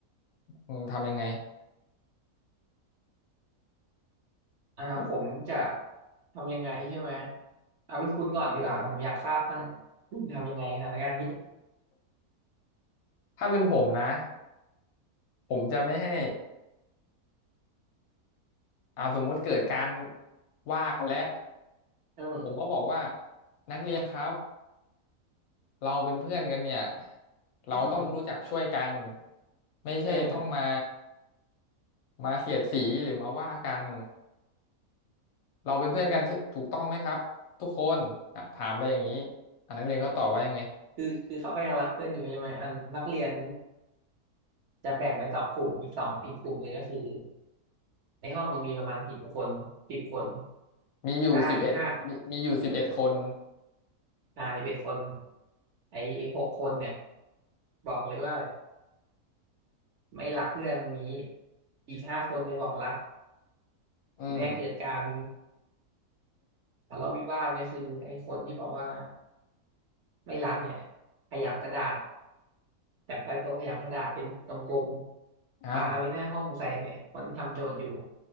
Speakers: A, on the left; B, on the right.
A: อืมทำยังไง
B: อ่าผมจะ
A: <laughs>
B: ทำยังไงใช่ไหมเอาเป็นคุณก่อนดีกว่าผมอยากทราบบ้างคุณทำยังไงสถานการณ์นี้
A: ถ้าเป็นผมนะผมจะไม่ให้อ่าสมมุติเกิดการว่ากันแล้ว
B: อืม
A: ผมก็บอกว่านักเรียนครับเราเป็นเพื่อนกันเนี่ยเราต้องรู้จักช่วยกัน
B: อืม
A: ไม่ใช่ต้องมา
B: เออ
A: มาเสียดสีหรือมาว่ากัน เราเป็นเพื่อนกันใช่ถูกต้องไหมครับทุกคนอ่ะถามไปอย่างนี้อ่ะนักเรียนเขาตอบว่ายังไง
B: คือคือเขาก็ยังรักเพื่อนอยู่ใช่ไหมอันนักเรียนจะแบ่งเป็นสองกลุ่มอีกสองอีกกลุ่มหนึ่งก็คือในห้องนี้มีประมาณสิบคนสิบคน
A: มีอยู่สิบเอ็ดมีมีอยู่สิบเอ็ดคน
B: ห้าอีกห้าอ่าสิบเอ็ดคนไอ้หกคนเนี่ยบอกเลยว่าไม่รักเพื่อนคนนี้อีกห้าคนเนี่ยบอกรัก
A: อืม
B: ทีนี้เกิดการทะเลาะวิวาทเนี่ยคือไอ้คนที่บอกว่าไม่รักเนี่ยขยำกระดาษจากใต้โต๊ะขยำกระดาษเป็นกลมๆปาไปหน้าห้องใส่เนี่ยคนที่ทำโจทย์อยู่
A: อ้าว